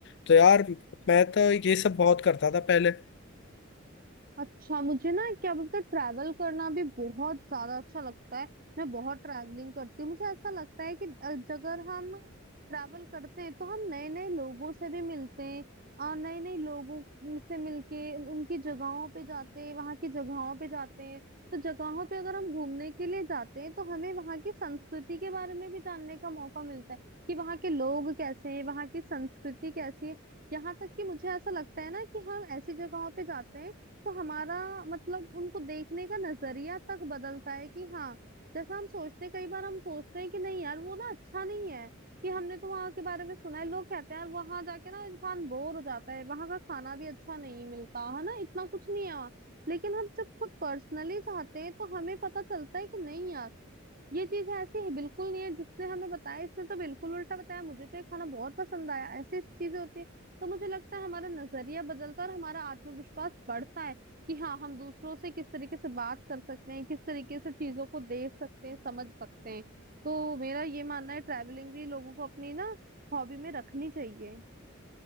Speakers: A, on the left; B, on the right.
A: तो यार मैं तो ये सब बहुत करता था पहले
B: अच्छा मुझे ना क्या बोलते हैं ट्रैवल करना भी बहुत ज्यादा अच्छा लगता है मैं बहुत ट्रैवलिंग करती हूँ मुझे ऐसा लगता है कि अ- अगर हम ट्रैवल करते हैं तो हम नए नए लोगों से भी मिलते हैं और नए नए लोगों से मिलके उनकी जगहों पे जाते हैं वहां की जगहों पे जाते हैं तो जगहों पे अगर हम घूमने के लिए जाते हैं तो हमें वहां की संस्कृति के बारे में भी जानने का मौका मिलता है कि वहां के लोग कैसे हैं वहां की संस्कृति कैसी है यहाँ तक कि मुझे ऐसा लगता है ना कि हम ऐसी जगहों पे जाते हैं तो हमारा मतलब उनको देखने का नजरिया तक बदलता है कि हाँ जैसा हम सोचते हैं कई बार हम सोचते हैं कि नहीं यार वो ना अच्छा नहीं है कि हमने तो वहां के बारे में सुना है लोग कहते हैं यार वहां जाके ना इंसान बोर हो जाता है वहां का खाना भी अच्छा नहीं मिलता है ना इतना कुछ नहीं है वहाँ लेकिन हम जब खुद पर्सनली जाते हैं तो हमें पता चलता है कि नहीं यार ये चीज ऐसी है बिल्कुल नहीं है जिसने हमें बताया इसने तो बिल्कुल उल्टा बताया मुझे तो ये खाना बहुत पसंद आया ऐसी चीजें होती है तो मुझे लगता है हमारा नजरिया बदलता है और हमारा आत्मविश्वास बढ़ता है कि हाँ हम दूसरों से किस तरीके से बात कर सकते हैं किस तरीके से चीजों को देख सकते हैं समझ सकते हैं तो मेरा ये मानना है ट्रैवलिंग भी लोगों को अपनी ना हॉबी में रखनी चाहिए